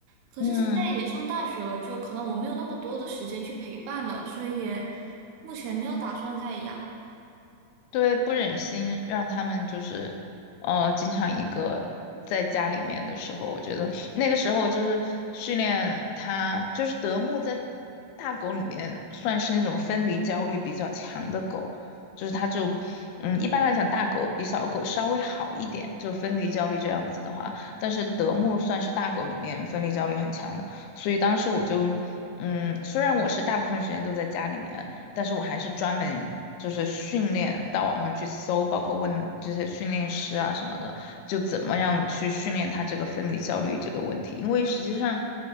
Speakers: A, on the right; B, on the left.
A: 可是现在也上大学了，
B: 嗯。
A: 就可能我没有那么多的时间去陪伴了，所以也目前没有打算再养。
B: 对，不忍心让他们就是，呃，经常一个在家里面的时候，我觉得那个时候就是训练它，就是德牧在大狗里面算是那种分离焦虑比较强的狗，就是它就，嗯，一般来讲大狗比小狗稍微好一点，就分离焦虑这样子的话，但是德牧算是大狗里面分离焦虑很强的，所以当时我就。嗯，虽然我是大部分时间都在家里面，但是我还是专门就是训练到网上去搜，包括问这些训练师啊什么的，就怎么样去训练他这个分离焦虑这个问题，因为实际上